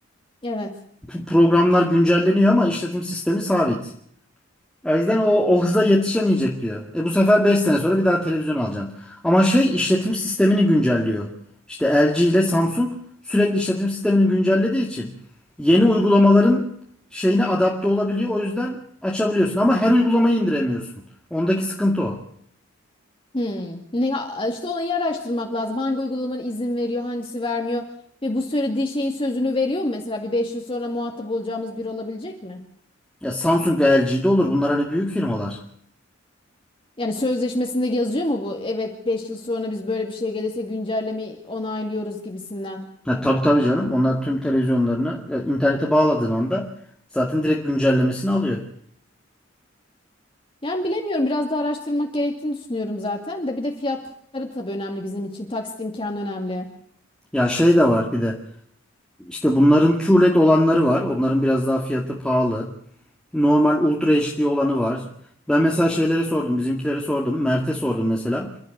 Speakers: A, on the left (about 25°); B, in the centre.
A: Evet.
B: p- programlar güncelleniyor ama işletim sistemi sabit. O yüzden o, o hıza yetişemeyecek diyor. E bu sefer 5 sene sonra bir daha televizyon alacaksın. Ama şey işletim sistemini güncelliyor. İşte LG ile Samsung sürekli işletim sistemini güncellediği için yeni uygulamaların şeyine adapte olabiliyor. O yüzden açabiliyorsun ama her uygulamayı indiremiyorsun. Ondaki sıkıntı o.
A: Hmm. Ne, ya- işte onu iyi araştırmak lazım. Hangi uygulamanın izin veriyor, hangisi vermiyor ve bu söylediği şeyin sözünü veriyor mu? Mesela bir 5 yıl sonra muhatap olacağımız biri olabilecek mi?
B: Ya Samsung ve LG de olur. Bunlar hani büyük firmalar.
A: Yani sözleşmesinde yazıyor mu bu? Evet 5 yıl sonra biz böyle bir şey gelirse güncellemeyi onaylıyoruz gibisinden.
B: Ha, tabii tabii canım. Onlar tüm televizyonlarını ya, internete bağladığın anda zaten direkt güncellemesini alıyor.
A: Yani bilemiyorum biraz da araştırmak gerektiğini düşünüyorum zaten de bir de fiyatları tabii önemli bizim için. Taksit imkanı önemli.
B: Ya şey de var bir de işte bunların QLED olanları var. Onların biraz daha fiyatı pahalı. Normal Ultra HD olanı var. Ben mesela şeylere sordum, bizimkilere sordum, Mert'e sordum mesela.